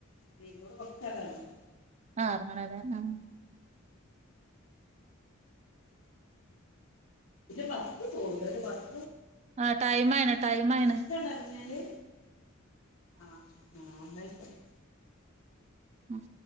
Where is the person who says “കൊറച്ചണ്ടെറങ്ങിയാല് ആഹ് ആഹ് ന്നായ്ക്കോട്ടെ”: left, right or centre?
Left